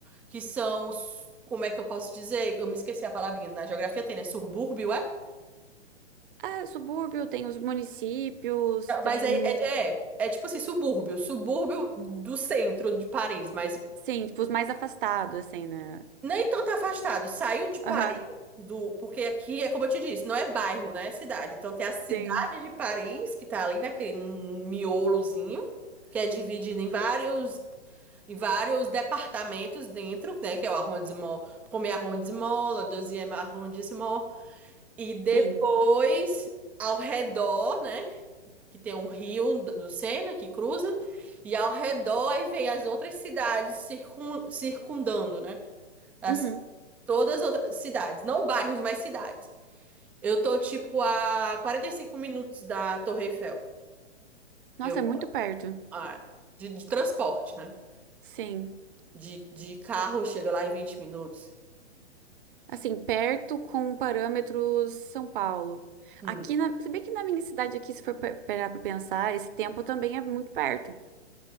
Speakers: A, in the centre; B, on the right (about 50°).
A: Que são. os- Como é que eu posso dizer? Eu me esqueci a palavrinha. Na geografia tem, né? Subúrbio, é?
B: É, subúrbio, tem os municípios,
A: É,
B: tem...
A: Mas aí é, é, é tipo assim, subúrbio. Subúrbio do centro de Paris, mas
B: Sim, tipo, os mais afastados, assim, né?
A: nem tanto afastado. Saiu de Paris.
B: Aham,
A: do, porque aqui é como eu te disse, não é bairro, né? É cidade. Então tem a cidade
B: sim.
A: de Paris, que tá ali naquele miolozinho, que é dividida em vários em vários departamentos dentro, né, que é o arrondissement, premier arrondissement, le deuxième arrondissement, e depois
B: Sim.
A: ao redor, né, que tem o rio do do Sena que cruza, e ao redor aí vem as outras cidades circun, circundando, né? As,
B: Uhum.
A: todas as outras cidades, não bairros, mas cidades. Eu tô, tipo, a 45 minutos da Torre Eiffel.
B: Nossa,
A: Eu,
B: é muito perto.
A: ah, de, de transporte, né?
B: Sim.
A: De, de carro, chega lá em 20 minutos.
B: Assim, perto com parâmetros São Paulo.
A: Hum,
B: Aqui na, se bem que na minha cidade aqui, se for pe- parar pra pensar, esse tempo também é muito perto.